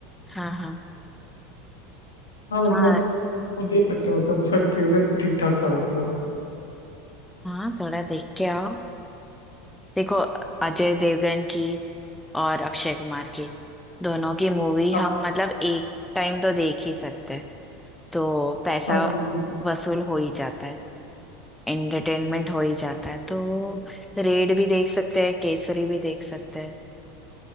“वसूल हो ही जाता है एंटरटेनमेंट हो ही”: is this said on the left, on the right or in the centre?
Centre